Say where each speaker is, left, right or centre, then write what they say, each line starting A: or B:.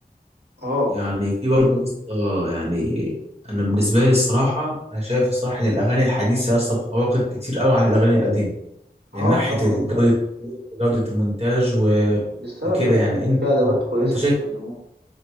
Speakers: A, on the right (about 80°); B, on the right (about 40°).
A: اه
B: يعني
A: كان
B: في برضه يا اسطى يعني انا بالنسبه لي الصراحه انا شايف الصراحه ان الاغاني الحديثه يا اسطى تفوقت كتير قوي عن الاغاني القديمه من
A: اه
B: ناحيه
A: طبعا
B: ال- جوده الصوت وجوده المونتاج و...
A: بسبب
B: وكده
A: يسطا
B: يعني
A: ان
B: انت
A: في ادوات كويسة
B: انت شايف
A: بيستخدموها